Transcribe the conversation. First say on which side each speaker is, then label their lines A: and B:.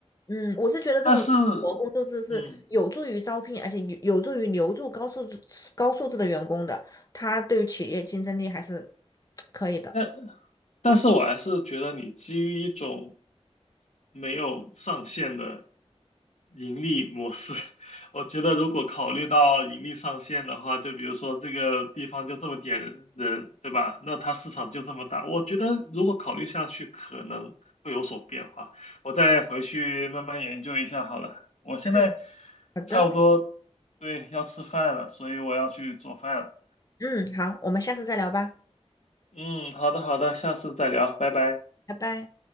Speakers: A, on the left (about 30°); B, on the left (about 80°).
A: 嗯，我是觉得这种活工作制是有助于招聘，
B: 但是，嗯，
A: 而且有有助于留住高素质、高素质的员工的，他对于企业竞争力还是可以的。
B: 但但是我还是觉得你基于一种没有上限的盈利模式，<laughs> 我觉得如果考虑到盈利上限的话，就比如说这个地方就这么点人，对吧？那它市场就这么大，我觉得如果考虑下去，可能会有所变化。我再回去慢慢研究一下好了。我现在
A: 嗯，好的，
B: 差不多，对，要吃饭了，所以我要去做饭了。
A: 嗯，好，我们下次再聊吧。
B: 嗯，好的好的，下次再聊，拜拜。
A: 拜拜。